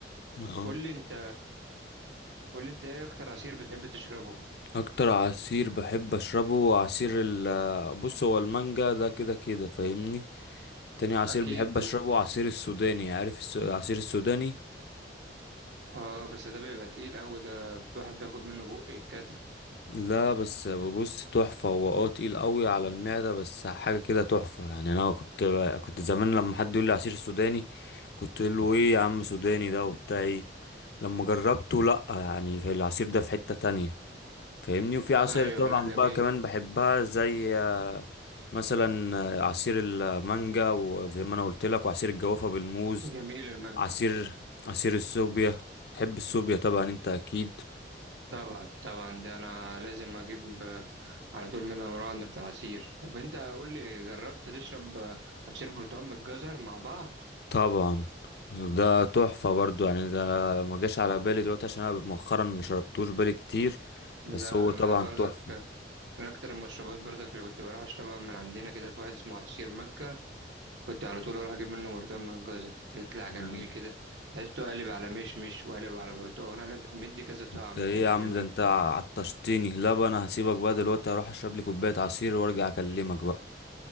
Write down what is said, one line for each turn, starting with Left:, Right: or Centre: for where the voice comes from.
Left: اه
Right: قول لي انت قول لي انت ايه اكتر عصير بتحب تشربه
Left: اكتر عصير بحب اشربه عصير ال بص هو المانجا ده كده كده فاهمني تاني
Right: اكيد
Left: عصير بحب اشربه عصير السوداني عارف الس- العصير السوداني
Right: اه بس ده بيبقى تقيل قوي ده الواحد بياخد منه بق يتكتم
Left: لا بس بص تحفة هو اه تقيل قوي على المعدة بس حاجة كده تحفة يعني انا كنت كنت زمان لما حد يقول لي عصير السوداني كنت اقول له ايه يا عم سوداني ده وبتاع ايه لما جربته لا يعني في العصير ده في حتة تانية فاهمني وفي عصاير
Right: ايوه
Left: طبعا
Right: لا جميل
Left: بقى كمان بحبها زي آه، مثلا آه، عصير المانجا وزي ما انا قلت لك وعصير الجوافة بالموز
Right: جميل المانجا
Left: عصير عصير السوبيا بتحب السوبيا طبعا انت اكيد
Right: طبعا طبعا ده انا لازم اجيب آه، على طول من الراند بتاع العصير طب انت قول لي جربت تشرب آه، عصير برتقال بالجزر مع بعض
Left: طبعا ده تحفة برضو يعني ده ما جاش على بالي دلوقتي عشان انا مؤخرا ما شربتوش بالي كتير
Right: لا
Left: بس هو
Right: انا
Left: طبعا
Right: بردك
Left: تحفة
Right: من اكتر المشروبات بردك اللي كنت بروح اشربها من عندنا كده في واحد اسمه عصير مكة كنت على طول اروح اجيب منه برتقال من الجزر بيطلع جميل
Left: مم.
Right: كده تحسه قالب على مشمش وقالب على برتقال قالب مدي كذا طعم
Left: انت ايه
Right: كده
Left: يا عم
Right: حلوين
Left: ده انت عطشتني لا بقى انا هسيبك بقى دلوقتي اروح اشرب لي كوباية عصير وارجع اكلمك بقى